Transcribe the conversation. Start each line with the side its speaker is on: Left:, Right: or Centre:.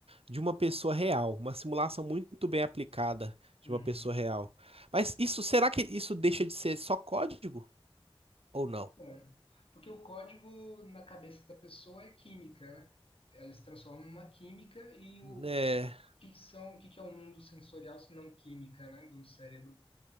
Right: de uma pessoa real, uma simulação muito bem aplicada de
Left: Uhum.
Right: uma pessoa real. Mas isso, será que isso deixa de ser só código ou não?
Left: É. Porque o código na cabeça da pessoa é química, né? Ela se transforma numa química e o
Right: É,
Left: o que que são, o que que é o mundo sensorial se não química, né, do cérebro?